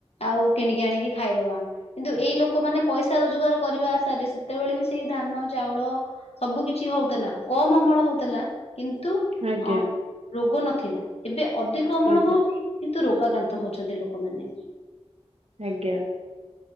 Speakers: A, on the left; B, on the right.
A: ଆଉ କିଣିକି ଆଣିକି ଖାଇଦବା। କିନ୍ତୁ ଏଇ ଲୋକମାନୋନେ ପଇସା ରୋଜଗାର କରିବା ଆଶାରେ ସେତେବେଳେ ବି ସେଇ ଧାନ ଚାଉଳ ସବୁ କିଛି ହଉଥିଲା କମ୍ ଅମଳ ହଉଥିଲା। କିନ୍ତୁ
B: ଆଜ୍ଞା
A: ଅ ରୋଗ ନଥିଲା ଏବେ ଅଧିକ ଅମଳ
B: ଆଜ୍ଞା
A: ହଉଚି କିନ୍ତୁ ରୋଗାକାନ୍ତ। ହତହଛନ୍ତି ଲୋକମାନେ।
B: ଆଜ୍ଞା।